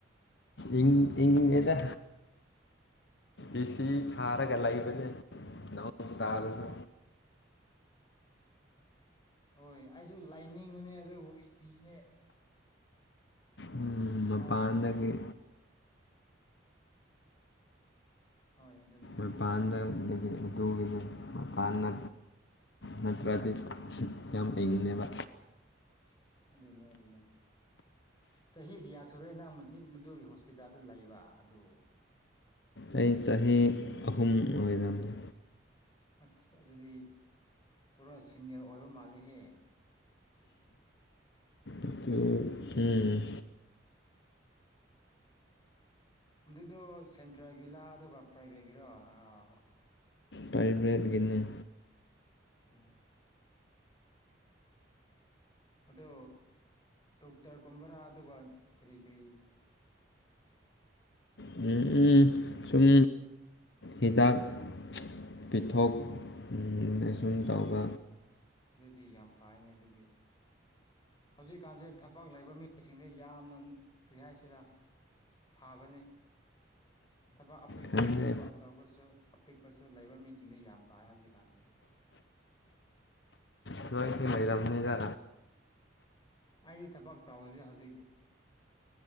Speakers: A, on the left; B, on the left.
A: ꯏꯪ ꯏꯪꯗꯦꯗ ꯑꯦꯁꯤ ꯊꯥꯔꯒ ꯂꯩꯕꯅꯦ ꯅꯣꯡ ꯇꯥꯔꯁꯨ
B: ꯍꯣꯏ ꯑꯩꯁꯨ ꯂꯩꯅꯤꯡꯕꯅꯦ ꯑꯗꯨꯕꯨ ꯑꯦꯁꯤꯅꯦ
A: <inaudible> ꯎꯝ ꯃꯄꯥꯟꯗꯒꯤ
B: ꯍꯥꯏꯕꯗꯤ ꯍꯣꯏ ꯑꯗꯨꯅꯤ
A: ꯃꯄꯥꯟꯗ ꯑꯗꯨꯒꯤ ꯑꯗꯨꯒꯤꯅꯦ ꯃꯄꯥꯟꯅ ꯅꯠꯇ꯭ꯔꯗꯤ ꯌꯥꯝ ꯍꯩꯕꯅꯦꯕ
B: ꯑꯗꯨꯅꯦ ꯑꯗꯨꯅꯦ ꯆꯍꯤ ꯀꯌꯥ ꯁꯨꯔꯦ ꯅꯪ ꯃꯁꯤ ꯃꯗꯨꯒꯤ ꯍꯣꯁꯄꯤꯇꯥꯜꯗ ꯂꯩꯕ ꯑꯗꯨ
A: ꯑꯩ ꯆꯍꯤ ꯑꯍꯨꯝ ꯑꯣꯏꯔꯝꯅꯤ
B: ꯑꯁ ꯑꯗꯨꯗꯤ ꯄꯨꯔꯥ ꯁꯦꯅꯤꯌꯔ ꯑꯣꯏꯕ ꯃꯥꯜꯂꯤꯍꯦ
A: ꯑꯗꯨ ꯎꯝ
B: ꯑꯗꯨꯗꯣ ꯁꯦꯟꯇ꯭ꯔꯦꯜꯒꯤꯂꯥ ꯑꯗꯨꯒ ꯄ꯭ꯔꯥꯏꯚꯦꯠꯀꯤꯔꯣ ꯑꯥ
A: ꯄꯥꯏꯕ꯭ꯔꯦꯠꯀꯤꯅꯦ
B: ꯑꯣ ꯑꯗꯣ ꯗꯣꯛꯇꯔꯀꯨꯝꯕꯔꯥ ꯑꯗꯨꯒ ꯀꯔꯤ ꯀꯔꯤ
A: ꯎꯝ ꯎꯝ ꯁꯨꯝ ꯍꯤꯗꯥꯛ ꯄꯤꯊꯣꯛ ꯎꯝ <unintelligible> ꯇꯧꯕ
B: ꯑꯣ ꯑꯣ ꯑꯗꯨꯗꯤ ꯌꯥꯝ ꯐꯩꯅꯦ ꯑꯗꯨꯗꯤ ꯍꯧꯖꯤꯛꯀꯥꯟꯁꯦ ꯊꯕꯛ ꯂꯩꯕ ꯃꯤꯁꯤꯡꯁꯦ ꯌꯥꯝꯅꯅ ꯀꯔꯤ ꯍꯥꯏꯁꯤꯔꯥ ꯊꯥꯕꯅꯤ ꯊꯕꯛ ꯑꯄꯤꯛꯄꯔꯁꯨꯀꯣ
A: ꯈꯪꯗꯦ
B: ꯑꯆꯧꯕꯁꯨ ꯑꯄꯤꯛꯄꯁꯨ ꯂꯩꯕ ꯃꯤꯁꯤꯡꯗ ꯌꯥꯝ ꯐꯥꯏ ꯍꯧꯖꯤꯛ ꯀꯥꯟꯁꯦ
A: ꯎꯝ ꯅꯣꯏꯁꯦ ꯂꯩꯔꯝ ꯑꯃꯦꯔꯥ
B: ꯑꯩꯗꯤ ꯊꯕꯛ ꯇꯧꯗ꯭ꯔꯤꯗ ꯍꯧꯖꯤꯛꯗꯤ